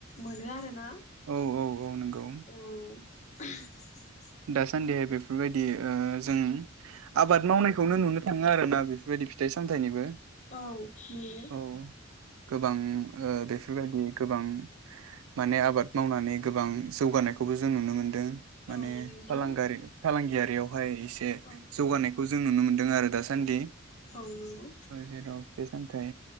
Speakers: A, on the left; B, on the right.
A: मोनो आरोना।
B: औ औ। औ नंगौ।
A: औ <unintelligible>
B: दासान्दिहाय बेफोरबायदि ओ जों आबाद मावनायखौनो नुनो थाङो आरोना बेफोरबायदि फिथाइ-सामथाइनिबो।
A: औ नुयो
B: औ गोबां ओ बेफोरबायदि गोबां माने आबाद मावनानै गोबां जौगानायखौबो जों नुनो मोनदों।
A: औ नंगौ
B: फालांगारि-फालांगियारि हाय एसे
A: औ
B: जौगानायखौ जों नुनो मोनदों दों आरो दासान्दि।
A: औ नंगौ
B: जेराव फिथाइ सामथाइ